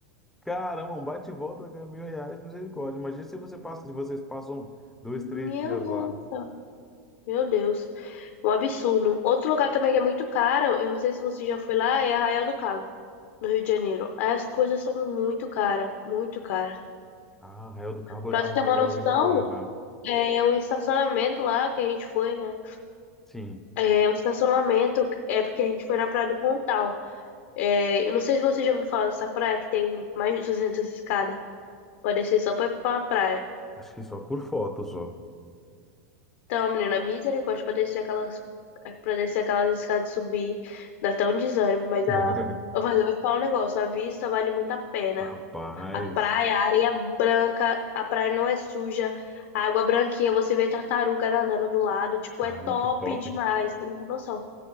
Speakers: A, in the centre; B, on the left.
A: Caramba, um bate e volta ganha mil reais, misericórdia. Imagina se você passa, se vocês passam dois,
B: Meu
A: três dias
B: Deus.
A: lá.
B: Meu Deus. Um absurdo. Outro lugar também que é muito caro, eu não sei se você já foi lá, é Arraial do Cabo, no Rio de Janeiro. As coisas são muito caras, muito caras.
A: Ah, Arraial do Cabo
B: Pra
A: eu já,
B: tu ter uma
A: já
B: noção,
A: ouvi falar, já.
B: é um estacionamento lá que a gente foi, né?
A: Sim,
B: É um estacionamento, é porque a gente foi na Praia do Pontal. É, eu não sei se você já ouviu falar dessa praia que tem mais de 200 escadas. Parecia só pra pra uma praia.
A: acho que só por foto, só.
B: Então, menina, misericórdia pra descer aquelas, pra descer aquelas escadas e subir, dá até um desânimo, mas
A: <laughs>
B: a, eu vou eu vou te falar um negócio, a vista vale muito a pena.
A: Rapaz,
B: A praia, a areia branca, a praia não é suja, a água branquinha, você vê tartaruga nadando do lado, tipo,
A: caramba,
B: é top
A: que top.
B: demais, você não tem noção.